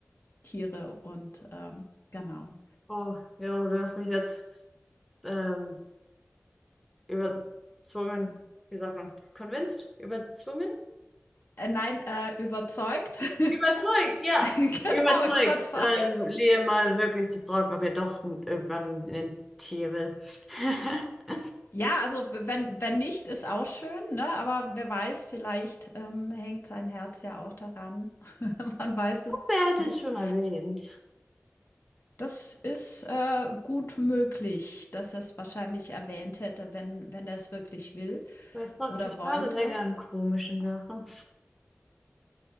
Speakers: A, on the left (about 55°); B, in the centre.
A: Tiere und ähm, genau.
B: Oh, ja, du hast mich jetzt ähm, überzwungen, wie sagt man, convinced? Überzwungen?
A: Äh, nein, äh, überzeugt. <laughs>
B: Überzeugt, ja.
A: genau,
B: Überzeugt,
A: überzeugt.
B: ähm, Lea mal wirklich zu fragen, ob er doch n- irgendwann ein Tier will. <laughs>
A: Ja, also wenn wenn nicht, ist auch schön, ne? Aber wer weiß, vielleicht, ähm, hängt sein Herz ja auch daran. <laughs> Man weiß es
B: Wer hätte
A: nicht.
B: es schon erwähnt?
A: Das ist, äh, gut möglich, dass er es wahrscheinlich erwähnt hätte, wenn wenn er es wirklich will
B: Er fragt
A: oder
B: mich
A: wollte.
B: alle Menge an komischen Sachen.